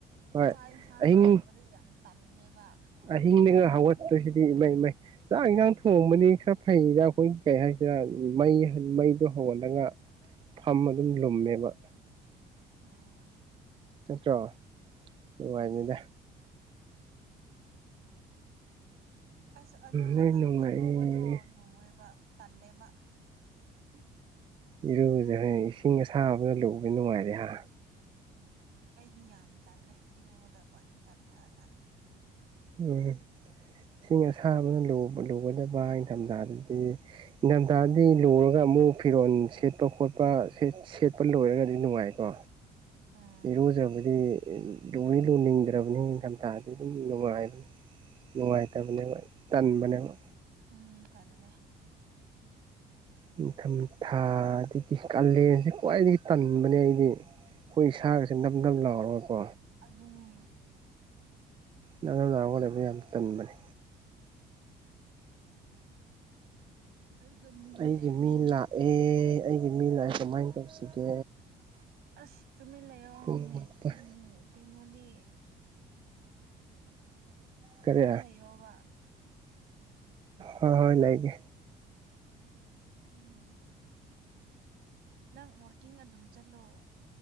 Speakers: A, on the right; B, on the right.
A: ꯍꯣꯏ
B: ꯆꯥꯛ ꯌꯦꯟꯁꯥꯡ
A: ꯑꯍꯤꯡ
B: ꯊꯣꯡꯕꯗꯨ ꯌꯥꯝ ꯇꯜꯂꯦꯕ
A: ꯑꯍꯤꯡꯗꯒ ꯍꯧꯒꯠꯄꯁꯤꯗꯤ ꯏꯃꯩ ꯏꯃꯩ ꯆꯥꯛ ꯌꯦꯟꯖꯥꯡ ꯊꯣꯡꯕꯅꯤ ꯈꯔ ꯐꯩꯗ ꯑꯩꯈꯣꯏ ꯀꯩ ꯍꯥꯏꯁꯤꯅ ꯃꯩ ꯃꯩꯗꯣ ꯍꯧꯒꯠꯂꯒ ꯐꯝ ꯑꯗꯨꯝ ꯂꯨꯝꯃꯦꯕ
B: ꯑꯥ
A: ꯅꯠꯇ꯭ꯔꯣ ꯅꯨꯡꯉꯥꯏꯕꯅꯤꯗ
B: ꯑꯗꯨꯅꯦ ꯑꯁ ꯑꯗꯨ
A: ꯅꯣꯏ
B: ꯃꯇꯝ
A: ꯅꯨꯡꯉꯥꯏꯌꯦ
B: ꯏꯔꯨꯕꯗꯣ ꯂꯨꯑꯦꯕ ꯇꯜꯂꯦꯕ
A: ꯏꯔꯨꯖ ꯍꯥꯏ ꯏꯁꯤꯡ ꯑꯁꯥꯕꯅ ꯂꯨꯕ ꯅꯨꯡꯉꯥꯏꯕꯅ‌‌ꯦ ꯍꯥ
B: ꯑꯩꯗꯤ ꯌꯥꯝ ꯇꯜꯂꯦ ꯏꯔꯨꯗꯕ ꯏꯪꯊꯝꯊꯥꯗ
A: ꯎꯝ ꯏꯁꯤꯡ ꯑꯁꯥꯕꯅ ꯂꯨ ꯂꯨꯒꯗꯕ ꯅꯤꯡꯊꯝꯊꯥꯗꯗꯤ ꯅꯤꯡꯊꯝꯊꯥꯗꯤ ꯂꯨꯔꯒ ꯑꯃꯨꯛ ꯐꯤꯔꯣꯜ
B: ꯎꯝ
A: ꯁꯦꯠꯄ ꯈꯣꯠꯄ ꯁ‌ ꯁꯦꯠꯄ ꯂꯣꯏꯔꯒꯗꯤ ꯅꯨꯡꯉꯥꯏꯀꯣ
B: ꯎꯝ
A: ꯏꯔꯨꯖꯕꯗꯤ ꯏ ꯂꯨꯗꯤ ꯂꯨꯅꯤꯡꯗ꯭ꯔꯕꯅꯤ ꯅꯤꯡꯊꯝꯊꯥꯗꯤ ꯑꯗꯨꯝ ꯅꯨꯡꯉꯥꯏꯕꯅꯤ ꯅꯨꯡꯉꯥꯏꯇꯕꯅꯦꯕ ꯇꯟꯕꯅꯦꯕ
B: ꯎꯝ ꯇꯜꯂꯦ
A: ꯅꯤꯡꯊꯝ ꯊꯥꯗꯒꯤ ꯀꯥꯂꯦꯟꯁ‌ꯦ ꯈ꯭ꯋꯥꯏꯗꯒꯤ ꯇꯟꯕꯅꯦ ꯑꯩꯗꯤ ꯑꯩꯈꯣꯏ ꯏꯁꯥꯒꯁꯦ ꯅꯝ ꯅꯝ ꯂꯥꯎꯔꯒꯀꯣ
B: ꯑꯗꯨꯅꯦ
A: ꯅꯥ <unintelligible> ꯒ ꯂꯩꯕ ꯌꯥꯝ ꯇꯟꯕꯅꯤ
B: ꯇꯨꯝꯅꯤꯡꯉꯦ
A: ꯑꯩꯒꯤ ꯃꯤ ꯂꯥꯛꯑꯦ ꯑꯩꯒꯤ ꯃꯤ ꯂꯥꯛꯑꯦ ꯀꯃꯥꯏꯅ ꯇꯧꯁꯤꯒꯦ
B: ꯑꯁ ꯇꯨꯃꯤꯟ ꯂꯩꯌꯣ
A: ꯄꯨꯡ
B: ꯃꯤꯅꯤꯠ
A: ꯃꯥꯄꯜ
B: ꯎꯝ ꯀꯩꯅꯣꯗꯤ
A: ꯀꯔꯤ
B: ꯈꯔ ꯂꯩꯌꯣꯕ
A: ꯍ ꯍꯣꯏ ꯂꯩꯒꯦ
B: ꯎꯝ ꯅꯪ ꯋꯥꯥꯛꯀꯤꯡ ꯑꯗꯨꯝ ꯆꯠꯂꯣ